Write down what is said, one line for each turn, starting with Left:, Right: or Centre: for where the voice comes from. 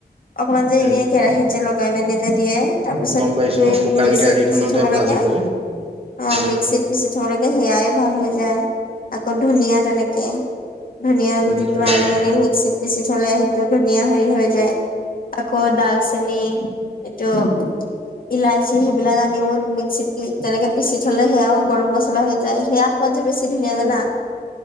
Left: অকমান যে
Right: উম
Left: এনে কেৰাহিত যে লগাই মেলি যে দিয়ে তাৰপিছত
Right: গম পাইছো
Left: তুমি
Right: অ শুকান
Left: মিক্সিত
Right: কেৰাহীখনতে
Left: পিচি থব
Right: ভাজি
Left: লাগে
Right: পেলাই
Left: এ অ
Right: উম
Left: মিক্সড পেচি থবলৈকে সেয়াই ভাল হৈ যায় আকৌ ধুনীয়া তেনেকে ধুনীয়াাৰ
Right: উম
Left: গুটিটো
Right: ধুনীয়া
Left: আনি
Right: দেখি।
Left: মেলি মিক্সিত পিচি থলে সেইটো ধুনীয়া হেৰি হৈ যায়। আকৌ ডালচেনি এইটো ইলাইচি সেইবিলাক আনিও ছেকি তেনেকে পিচি থ'লে সেয়াও গৰম মছলা হৈ যায় সেয়া খোৱাদ যে বেছি ধুনীয়া যে
Right: অ
Left: না